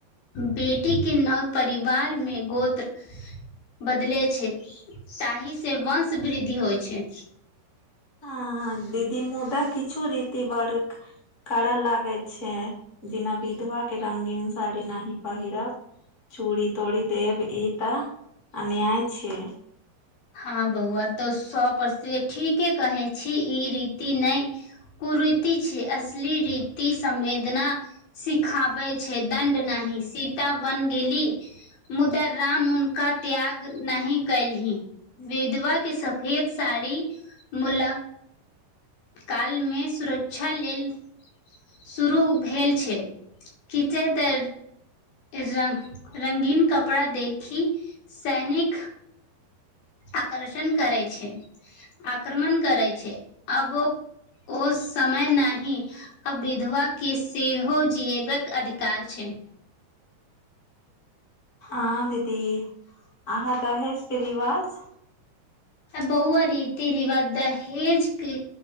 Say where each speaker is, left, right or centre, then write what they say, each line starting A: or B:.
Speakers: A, on the left; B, on the left.
A: बेटी के नव परिवार में गोत्र बदले छै ताहि से वंश वृद्धि होइ छै
B: ह दीदी मुदा किछु रीति बड़क करय लागे छै जेना विधवा के रंगीन साड़ी न पहिरब चूड़ी तूड़ी देव ई तऽ अन्याय छै
A: हँ बौआ तऽ सए परस ठीके कहे छी ई रीति नहि कुरीति छै असली रीति समवेदना सिखाबै छै दण्ड नाहि सीता बन गेली मुदाराम उनका त्याग नहि कयलीं विधवा के सफेद साड़ी मुल काल मे सुरक्षा लेल शुरू भेल छै खीचैते र रंगीन कपड़ा देखी सैनिक आकर्षण करै छै आक्रमण करै छै अबो ओ समय नाही आ विधवा के सेहो जीबाकके अधिकार छै
B: हँ दीदी आहाँ रह परीवाज
A: बौ रीति रवाद हेज क